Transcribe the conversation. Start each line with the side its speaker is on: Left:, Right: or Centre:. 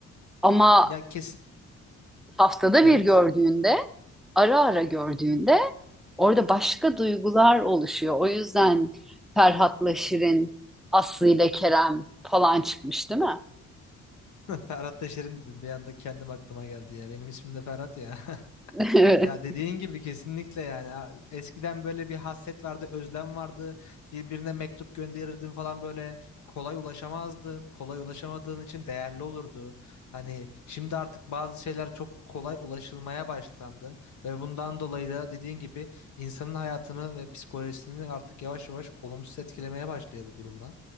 Centre: Ama
Left: Ya kes
Centre: haftada
Left: Evet.
Centre: bir gördüğünde, ara ara gördüğünde orada başka duygular oluşuyor. O yüzden Ferhat'la Şirin, Aslı ile Kerem falan çıkmış değil mi?
Left: <laughs> Ferhat Taşerin dedim. Bir anda kendim aklıma geldi ya. Benim ismim de Ferhat ya. <laughs>
Centre: <laughs>
Left: Ya
Centre: Evet.
Left: dediğin gibi kesinlikle yani. Ha- Eskiden böyle bir hasret vardı, özlem vardı. Birbirine mektup gönderirdin falan böyle kolay ulaşamazdın. Kolay ulaşamadığın için değerli olurdu. Hani şimdi artık bazı şeyler çok kolay ulaşılmaya başlandı ve bundan dolayı da dediğin gibi insanın hayatını ve psikolojisini artık yavaş yavaş olumsuz etkilemeye başlıyor bu durumlar.